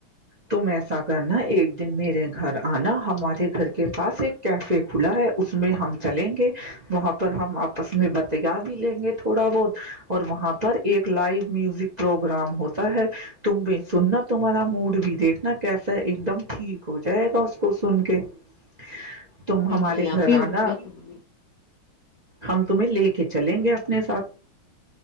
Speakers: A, on the right; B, on the left.
A: تم ایسا کرنا ایک دن میرے گھر آنا ہمارے گھر کے پاس ایک کیفے کھلا ہے اس میں ہم چلیں گے وہاں پر ہم آپس میں بتیا بھی لیں گے تھوڑا بہت اور وہاں پر ایک لائو میوزک پروگرام ہوتا ہے تم بھی سننا تمہارا موڈ بھی دیکھنا کیسا ہے ایک دم ٹھیک ہو جائے گا اس کو سن کے <unintelligible> تم
B: نہیں
A: ہمارے
B: نہیں آپ
A: گھر
B: ہی
A: آنا
B: میں
A: ہم تمہیں لے کے چلیں گے اپنے ساتھ